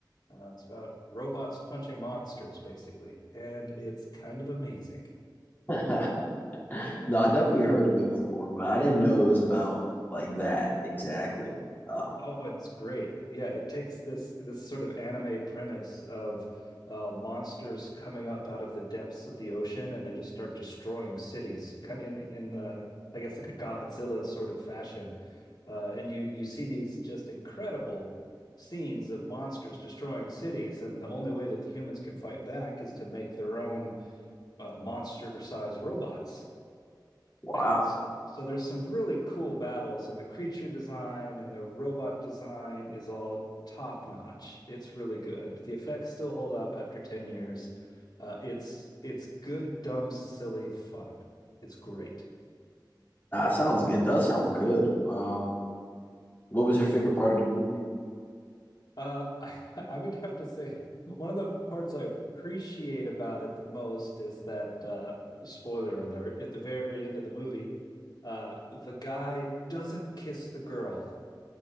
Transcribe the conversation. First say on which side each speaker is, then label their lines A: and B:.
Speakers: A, on the left (about 60°); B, on the left (about 25°).
A: Uh, it's about robots punching monsters, basically, and it's kind of amazing.
B: <laughs> No, I definitely heard of it before, but I didn't know it was about like that exactly. Oh,
A: Oh, it's great. Yeah, it takes this this sort of anime premise of uh, monsters coming up out of the depths of the ocean, and they just start destroying cities, kind in in the I guess like a Godzilla sort of fashion. Uh, and you you see these just incredible scenes of monsters destroying cities, and the only way that the humans can fight back is to make their own uh, monster-sized robots.
B: wow.
A: And so, so there's some really cool battles, and the creature design and the robot design is all top notch. It's really good. The effects still hold up after 10 years. Uh, it's it's good, dumb, silly fun. It's great.
B: Nah, it sounds it does sound good. Um, what was your favorite part of the movie?
A: Uh, <laughs> I, I would have to say one of the parts I appreciate about it the most is that uh, spoiler alert, at the very end of the movie, uh, the guy doesn't kiss the girl.